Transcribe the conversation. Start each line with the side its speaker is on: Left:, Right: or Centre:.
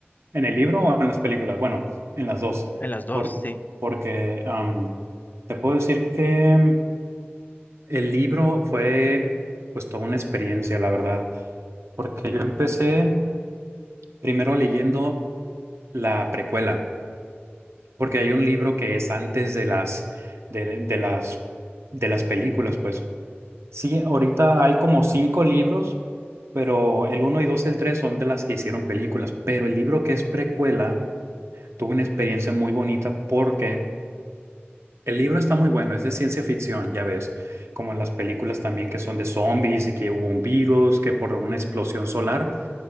Right: ¿En el libro o en las películas? Bueno, en las dos.
Left: En las dos,
Right: Por-
Left: sí.
Right: porque am, te puedo decir que el libro fue pues toda una experiencia, la verdad, porque yo empecé primero leyendo la precuela. porque hay un libro que es antes de las, de, de las, de las películas, pues. Sí, ahorita hay como cinco libros, pero el uno y dos y el tres son de las que hicieron películas, pero el libro que es precuela tuvo una experiencia muy bonita porque el libro está muy bueno, es de ciencia ficción, ya ves, como las películas también que son de zombies y que hubo un virus, que por una explosión solar.